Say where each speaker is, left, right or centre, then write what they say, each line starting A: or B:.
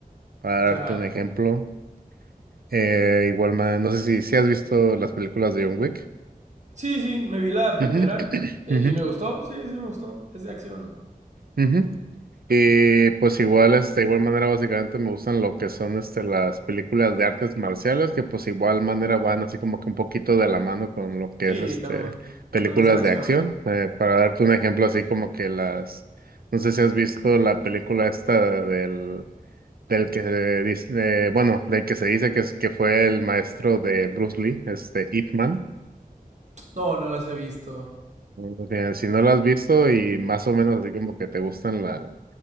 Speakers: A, on the right; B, on the right.
A: para
B: Ya.
A: darte un ejemplo. Eh, igual, ma- no sé si, si has visto las películas de John Wick.
B: Sí, sí, me vi la primera
A: Ujú,
B: eh,
A: <clears throat>
B: y me
A: ujú,
B: gustó. Sí, sí, me gustó. Es de acción.
A: ujú. Y pues igual, este, de igual manera, básicamente me gustan lo que son este, las películas de artes marciales, que pues igual manera van así como que un poquito de la mano con lo que
B: Sí,
A: es este
B: también.
A: películas
B: Suelen ser acción.
A: de acción. Eh, para darte un ejemplo, así como que las, no sé si has visto la película esta del, del que dice, eh, bueno, del que se dice que es que fue el maestro de Bruce Lee, este Ip Man.
B: No, no las he visto.
A: O sea, si no lo has visto y más o menos así como que te gustan la,